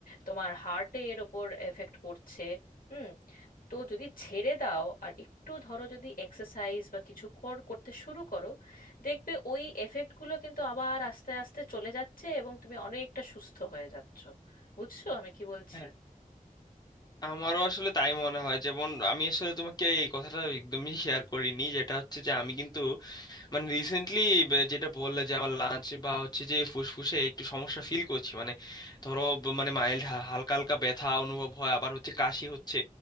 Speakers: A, on the left; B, on the left.
A: তোমার হার্টে এর ওপর এফেক্ট পড়ছে হুম তো যদি ছেড়ে দাও আর একটু ধরো যদি এক্সারসাইজ বা কিছু কর করতে শুরু করো দেখবে ওই এফেক্টগুলো কিন্তু আবার আস্তে আস্তে চলে যাচ্ছে এবং তুমি অনেকটা সুস্থ হয়ে যাচ্ছ বুঝছো আমি কি বলছি
B: হ্যাঁ আমারও আসলে তাই মনে হয় যেমন আমি আসলে তোমাকে এই কথাটা একদমই শেয়ার করিনি যেটা হচ্ছে যে আমি কিন্তু মানে রিসেন্টলি যেটা বললে যে আমার লাঞ্চ বা হচ্ছে যে ফুসফুসে একটু সমস্যা ফিল করছি মানে ধরো ব- মানে মাইল্ড হালকা হালকা ব্যথা অনুভব হয় আবার হচ্ছে কাশি হচ্ছে